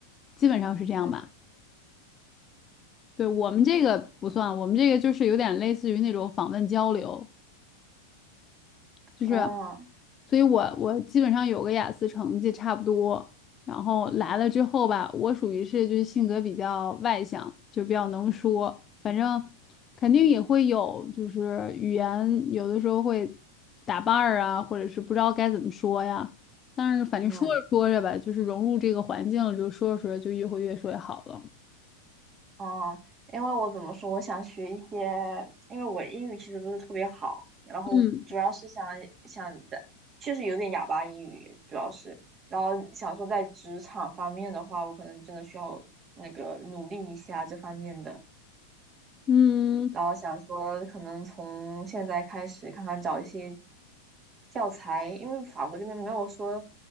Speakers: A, on the left; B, on the right.
A: 基本上是这样吧。
B: 嗯，
A: 对，我们这个不算，我们这个就是有点类似于那种访问交流，就是，
B: 啊，
A: 所以我我基本上有个雅思成绩差不多，然后来了之后吧，我属于是就是性格比较外向，就比较能说，反正肯定也会有就是语言有的时候会打伴儿啊，或者是不知道该怎么说呀，但是反正说着说着吧，
B: 嗯。
A: 就是融入这个环境了，就说着说着就越会越说越好了，
B: 哦，因为我怎么说，我想学一些，因为我英语其实不是特别好，然后主要是想想在，
A: 嗯
B: 确实有点哑巴英语，主要是，然后想说在职场方面的话，我可能真的需要那个努力一下这方面的。
A: 嗯
B: 然后想说可能从现在开始看看找一些教材，因为法国这边没有说